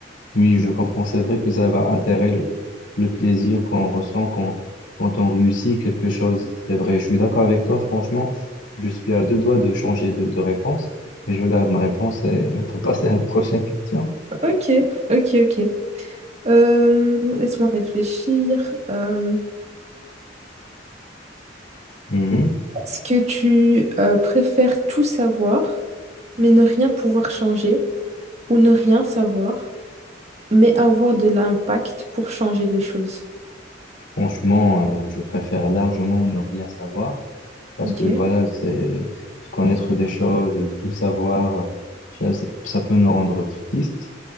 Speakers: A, on the left; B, on the right.
A: Oui, je comprends. C'est vrai que ça va altérer le, le plaisir qu'on ressent quand, quand on réussit quelque chose. C'est vrai, je suis d'accord avec toi, franchement. Je suis à deux doigts de changer de, de réponse, mais je garde ma réponse et on peut <laughs> passer à la prochaine question.
B: Ok, ok, ok. Euh, laisse-moi réfléchir. Euh,
A: Mhm.
B: est-ce que tu euh, préfères tout savoir? mais ne rien pouvoir changer ou ne rien savoir, mais avoir de l'impact pour changer les choses.
A: Franchement, euh, je préfère largement ne rien savoir. Parce
B: Ok,
A: que voilà, c'est se connaître des choses, tout savoir, ça, ça peut nous rendre tristes.